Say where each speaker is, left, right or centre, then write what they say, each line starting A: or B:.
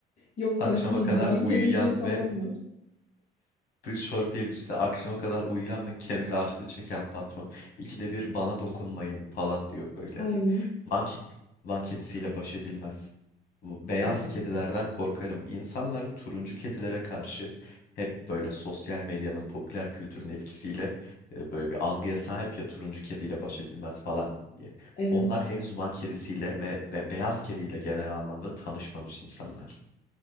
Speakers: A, on the left (about 40°); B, on the left (about 65°).
A: Yoksa
B: Akşama
A: ne bileyim
B: kadar
A: Van
B: uyuyan
A: kedisi falan
B: ve
A: mı?
B: Bir short hair işte akşama kadar uyuyan ve kemik ağrısı çeken patron. İkide bir bana dokunmayın falan diyor böyle.
A: Aynen.
B: Van, ke- Van kedisiyle baş edilmez. Bu Beyaz
A: Aa,
B: kedilerden korkarım. İnsanlar turuncu kedilere karşı hep böyle sosyal medyanın popüler kültürün etkisiyle e, böyle bir algıya sahip ya turuncu kediyle baş edilmez falan diye.
A: Evet.
B: Onlar henüz Van kedisiyle ve be- beyaz kediyle genel anlamda tanışmamış insanlar.